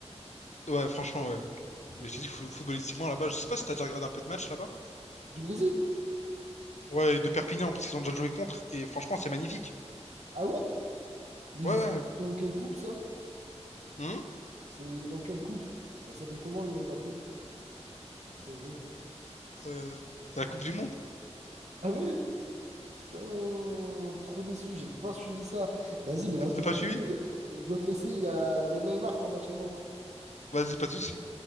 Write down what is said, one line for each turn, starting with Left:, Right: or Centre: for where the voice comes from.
Left: Ouais, franchement, ouais.
Right: Ok.
Left: Mais je te dis, fou- footballistiquement, là-bas, je sais pas si t'as déjà regardé un peu de match là-bas.
Right: Du Brésil?
Left: Ouais, de Perpignan, parce qu'ils ont déjà joué contre. Et franchement, c'est magnifique.
Right: Ah ouais? Mais
Left: Ouais,
Right: c'est
Left: ouais.
Right: dans quelle coupe ça?
Left: Hum,
Right: C'est dans quelle coupe? Elle s'appelle comment le nom de la coupe? Si on jouait.
Left: euh, c'est la Coupe du Monde.
Right: Ah ouais? Putain, trop déçu, j'ai pas suivi ça. Vas-y, mais là,
Left: T'as t'as
Right: je dois
Left: pas
Right: te
Left: suivi?
Right: laisser. Je dois te laisser, il y a, il y a Neymar qui est en bas de chez moi.
Left: Vas-y, pas de soucis.